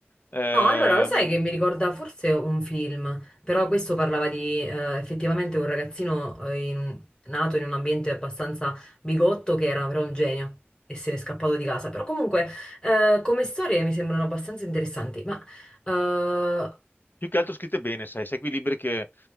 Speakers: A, on the left; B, on the left.
A: ehm,
B: No, allora lo sai che mi ricorda forse un film, però questo parlava di eh, effettivamente un ragazzino eh, in- nato in un ambiente abbastanza bigotto che era però un genio e se n'è scappato di casa. Però comunque eh, come storie mi sembrano abbastanza interessanti. Ma eh,
A: più che altro scritte bene, sai, sai quei libri che